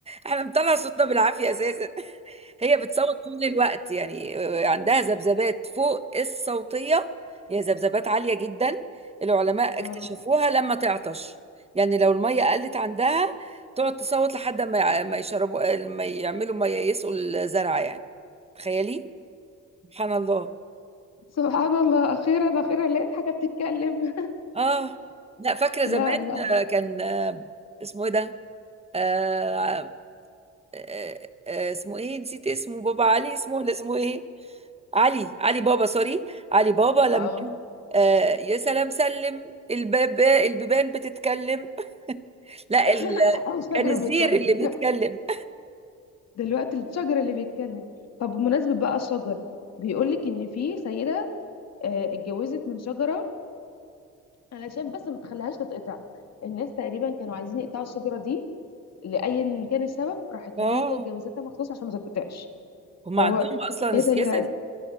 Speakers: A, on the right; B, on the left.
A: احنا بنطلع صوتنا بالعافية اساسا <laughs> هي بتصوت طول الوقت يعني عندها ذبذبات فوق الصوتية هي ذبذبات عالية جدا العلماء اكتشفوها
B: اه
A: لما تعطش يعني لو المية قلت عندها تقعد تصوت لحد ما ما يشربوا ما يعملوا ما ييئسوا الزرع يعني تخيلي سبحان الله
B: سبحان الله اخيرا اخيرا لقيت حاجه بتتكلم
A: اه لا فاكرة
B: لا
A: زمان
B: لا
A: آه، كان آه، اسمه ايه ده آه آه آه اسمه ايه نسيت اسمه بابا علي اسمه ولا اسمه ايه علي علي بابا سوري علي بابا لما
B: اه
A: قال، آه يا سلام سلم الباب البيبان بتتكلم <laughs> لا ال...
B: <laughs> او شجر
A: كان الزير
B: بيتكلم
A: اللي بيتكلم
B: دلوقتي الشجر اللي بيتكلم طب بمناسبة بقى الشجر بيقولك ان في سيدة آه، اتجوزت من شجرة علشان بس ما تخليهاش تتقطع الناس تقريبا كانوا عايزين يقطعوا الشجرة دي لأيا كان السبب
A: <laughs>
B: راحت
A: اه
B: هي اتجوزتها مخصوص عشان ما تتقطعش
A: هم
B: اللي
A: عندهم
B: هو
A: اصلا السياسه
B: ايه ده يا جدعان
A: دي